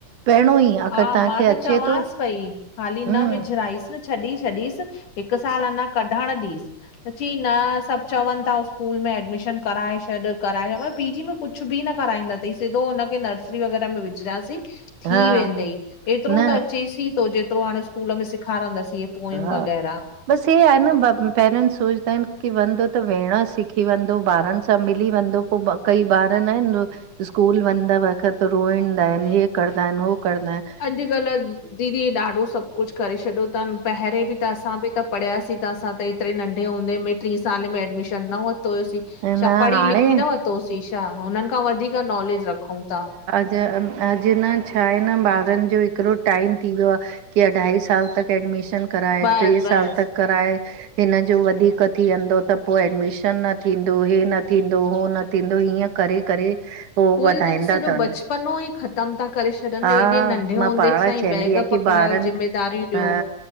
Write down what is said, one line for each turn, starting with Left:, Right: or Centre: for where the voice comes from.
Right: पहिंड़ों ई अगरि
Left: हा
Right: तव्हांखे
Left: मां त
Right: अचे
Left: चंवास
Right: थो
Left: पई, हाली न
Right: हम्म
Left: विझ राईस, छॾी छॾीस हिकु साल अंञा कढणु ॾीस, त चंई न सब चवनि था स्कूल में एडमिशन कराए छॾ- कराए छॾ, म पी जी में कुझु बि न कराईंंदा थई, सिधो हुनखे नर्स नर्सरी वगैरह में विझीदासिं।
Right: हा
Left: थी वेंदो, एतिरो
Right: न
Left: त अचेस थो जेतिरो हाणे सकूल में सिखारंदस हे पोयम
Right: हा
Left: वगैराह।
Right: बसि हे आहे न पेरेंट्स सोचंदा आहिन कि वेंदो त वेहण सिखी वेंदो, ॿारनि सां मिली वेंदो। पो कई ॿार न आहिन स्कूल वंञण वक़्त रोईंदा आहिनि, हे कंदा आहिन हो कंदा आहिन।
Left: अॼुकल्ह दीदी ॾाढो सब कुछु करे छॾियो थनि। पहिंरें बि त असां बि त पढ़ियासीं त असां त एतिरी नंढे हूंदे में टीं साले में एडमिशन न वरितो हुयोसीं।
Right: ह
Left: छा
Right: न
Left: पढ़ी
Right: हाणे
Left: लिखी न वरतो हो सीं छा! हुननि खां वधीक नॉलेज रखूं था।
Right: ज अॼु न छा आहे न ॿारनि जो हिकिड़ो टाइम थी वियो आ कि अढाई साल तक एडमिशन कराए,
Left: बसि
Right: ट्रे साल
Left: बसि
Right: तक कराए। हिनजो वधीक थी वेंदो त पो एडमिशन न थींदो, हे न थींदो उहो न थींदो हीअं करे- करे पो
Left: उहे
Right: वधाईंदा
Left: त सॼो
Right: ता वंञन,
Left: बचपनो ई ख़तम था करे छॾनि
Right: हा
Left: एॾे नंढे
Right: मां
Left: हूंदे
Right: पाण
Left: सां
Right: चअंदी
Left: ई बैग
Right: आहियां कि कि
Left: पकड़ायो
Right: बारनि
Left: ज़िमेदारियूं
Right: अ